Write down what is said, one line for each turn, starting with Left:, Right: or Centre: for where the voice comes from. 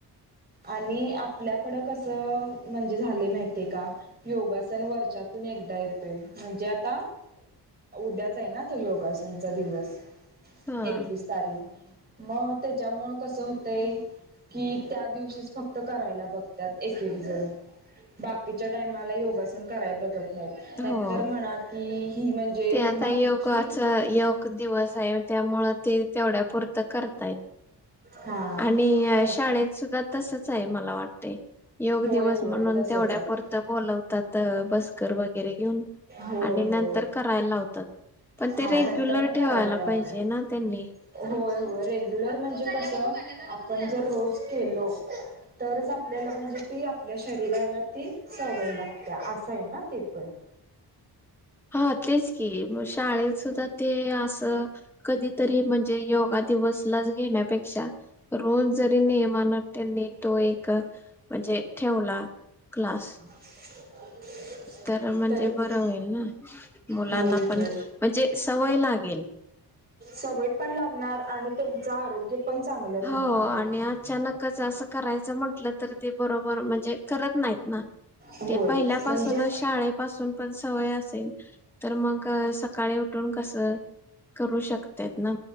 Right: आणि आपल्याकडं कसं म्हणजे झाले माहिते का? योगासन वर्षातून एकदा येतोय म्हणजे आता उद्याच आहे ना तो योगासनचा दिवस.
Centre: हा
Right: एकवीस तारीख मग त्यांच्यामुळ कसं होतंय की त्या दिव करायला बगतात एकके जण बाकी टायमाला योगासन कराय बगत नाहीत नाही
Centre: हो.
Right: तर म्हणा की हि म्हणजे
Centre: ते आता
Right: बाकीची
Centre: योगाच योग दिवस आहे त्यामुळं ते तेवढ्यापुरतं करतायत.
Right: हा
Centre: आणि
Right: नाही
Centre: शाळेत सुद्धा तसच आहे मला वाटते. योग
Right: होय
Centre: दिवस
Right: होय
Centre: म्हणून
Right: तसच
Centre: तेवढ्या
Right: आहे
Centre: प बोलवतात बस्कर वगैरे घेऊन
Right: होय
Centre: आणि
Right: होय
Centre: नंतर करायला लावतात पण
Right: हा
Centre: ते रेग्युलर
Right: नंतर ना
Centre: ठेवायला
Right: करायला लावतात
Centre: पाहिजे ना त्यांनी.
Right: होय होय रेग्युलर म्हणजे कस आपण जर रोज केलो तरच आपल्याला म्हणजे ती आपल्या शरीराला ती सवय लागते असं आहे ना. टिपण.
Centre: हा तेच की शाळेत सुद्धा ते असं कधीतरी म्हणजे योग दिवसलाच घेण्यापेक्षा रोज जरी नियमानात त्यांनी तो एक म्हणजे ठेवला क्लास
Right: <unintelligible>
Centre: तर म्हणजे
Right: तरीच
Centre: बरं होईल ना मुलांना
Right: होय
Centre: पण
Right: होय
Centre: म्हणजे सवय लागेल.
Right: सवय पण लागणार आणि त्यांच आरोग्य पण चांगलं राहणार
Centre: हो आणि अचानकच असं करायचं म्हटल तर ते बरोबर म्हणजे करत नाही ना
Right: होय
Centre: ते पहिल्यापासूनच
Right: म्हणजे
Centre: शाळे पासून पण सवय असेल तर मग सकाळी उठून कस करू शकत त्यात ना